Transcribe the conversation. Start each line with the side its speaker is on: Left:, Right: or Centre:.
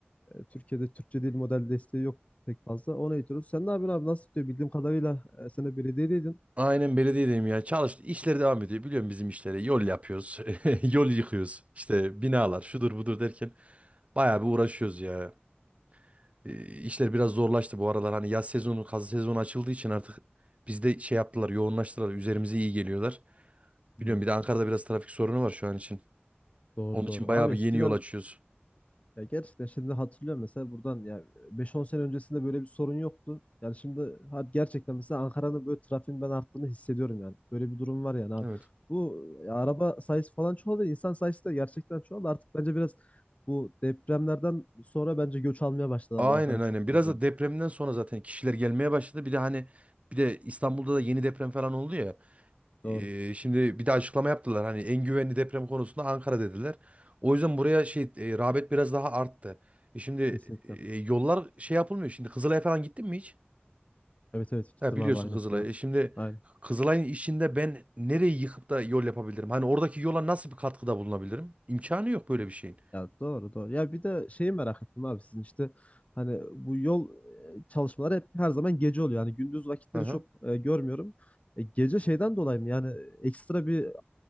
Left: e, Türkiye'de Türkçe dil model desteği yok pek fazla. Onu eğitiyoruz. Sen ne yapıyorsun abi? Nasıl gidiyor? Bildiğim kadarıyla e, sen de belediyedeydin.
Right: Aynen belediyedeyim ya. Çalıştı. İşleri devam ediyor. Biliyorum bizim işleri. Yol yapıyoruz. <laughs> Yol yıkıyoruz. İşte binalar şudur budur derken bayağı bir uğraşıyoruz ya. Ee, işler biraz zorlaştı bu aralar. Hani yaz sezonu, kaz sezonu açıldığı için artık bizde şey yaptılar, yoğunlaştılar. Üzerimize iyi geliyorlar.
Left: Hmm,
Right: Biliyorum bir de Ankara'da biraz trafik sorunu var şu an için.
Left: doğru
Right: Onun
Left: doğru.
Right: için bayağı
Left: Abi
Right: bir
Left: eskiden
Right: yeni yol açıyoruz.
Left: Ya gerçekten şimdi hatırlıyorum mesela buradan ya beş on sene öncesinde böyle bir sorun yoktu. Yani şimdi ha- gerçekten mesela Ankara'nın böyle trafiğin ben arttığını hissediyorum yani. Böyle bir durum var yani abi.
Right: Evet.
Left: Bu ya araba sayısı falan çoğaldı. insan sayısı da gerçekten çoğaldı. Artık bence biraz bu depremlerden sonra bence göç almaya başladı
Right: Aynen
Left: abi Ankara
Right: aynen.
Left: çok fazla.
Right: Biraz da depremden sonra zaten kişiler gelmeye başladı. Bir de hani bir de İstanbul'da da yeni deprem falan oldu ya.
Left: Doğru.
Right: Ee, şimdi bir de açıklama yaptılar. Hani en güvenli deprem konusunda Ankara dediler. O yüzden buraya şey e, rağbet biraz daha arttı. E şimdi
Left: Kesinlikle.
Right: e, yollar şey yapılmıyor. Şimdi Kızılay'a falan gittin mi hiç?
Left: Evet evet gittim
Right: Ha, biliyorsun
Left: abi aynen.
Right: Kızılay'ı.
Left: Ya.
Right: E şimdi
Left: Aynen.
Right: Kızılay'ın içinde ben nereyi yıkıp da yol yapabilirim? Hani oradaki yola nasıl bir katkıda bulunabilirim? İmkanı yok böyle bir şeyin.
Left: Ya doğru doğru. Ya bir de şeyi merak ettim abi sizin işte hani bu yol e, çalışmaları hep her zaman gece oluyor. Yani gündüz vakitleri
Right: Aha.
Left: çok e, görmüyorum. E, gece şeyden dolayı mı? Yani ekstra bir e,